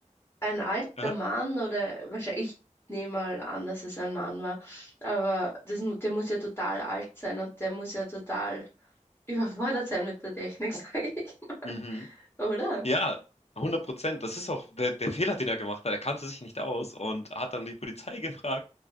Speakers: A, on the left; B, on the left.
A: ein alter
B: Aha.
A: Mann oder wahrscheinlich, ich nehme mal an, dass es ein Mann war, aber das, mu- der muss ja total alt sein und der muss ja total überfordert sein mit der Technik, <laughs> sage ich.
B: Mhm.
A: Oder?
B: Ja, hundert Prozent. Das ist auch der, der Fehler, den er gemacht hat. Er kannte sich nicht aus und hat dann die Polizei <laughs> gefragt: